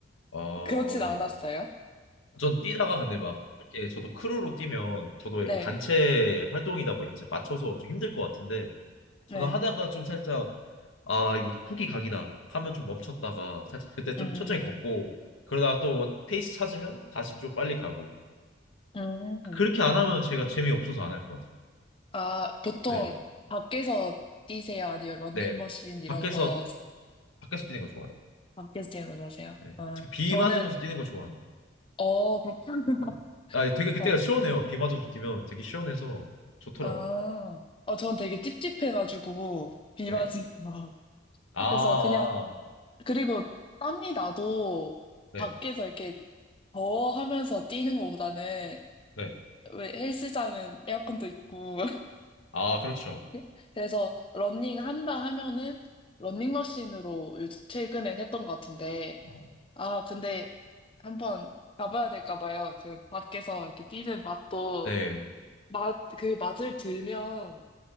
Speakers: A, on the left (about 75°); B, on the left (about 25°).
A: 어,
B: 그렇진 않았어요.
A: 전 뛰다가 근데 막 이렇게 저도 크루로 뛰면 저도 이렇게
B: 네,
A: 단체 활동이다 보니까 제가 맞춰서 좀 힘들 것 같은데 저는
B: 네,
A: 하다가 좀 살짝 아 이거 좀 포기 각이다 하면 좀 멈췄다가 살짝 그때 좀
B: 음,
A: 천천히 걷고 그러다가 또 페이스 찾으면 다시 좀 빨리 가고
B: 음,
A: 그렇게 안 하면 제가 재미없어서 안 할 것 같아요.
B: 아 보통
A: 네.
B: 밖에서 뛰세요? 아니면 러닝머신
A: 네.
B: 이런
A: 밖에서
B: 거
A: 밖에서 뛰는 거 좋아해요.
B: 밖에서 뛰는 거 좋아하세요?
A: 네.
B: 아
A: 특히 비
B: 저는
A: 맞으면서 뛰는 거 좋아합니다.
B: 어 그렇군요. <laughs>
A: 네. 아 되게 그때가
B: 어,
A: 시원해요. 비 맞아서 뛰면 되게 시원해서 좋더라고요.
B: 아, 어, 전 되게 찝찝해가지고, 비
A: 네.
B: 맞으면.
A: 아,
B: <laughs>
A: 아.
B: 그래서 그냥,
A: 아.
B: 그리고 땀이 나도
A: 네.
B: 밖에서 이렇게 더워하면서 뛰는 것보다는,
A: 네.
B: 왜 헬스장은 에어컨도 있고.
A: 아, 그렇죠.
B: <laughs> 그래서 러닝 한다 하면은, 러닝머신으로 요즘 최근엔 했던 것 같은데,
A: 어,
B: 아, 근데 한번 가봐야 될까 봐요. 그 밖에서 이렇게 뛰는 맛도,
A: 네.
B: 맛, 그 맛을 들면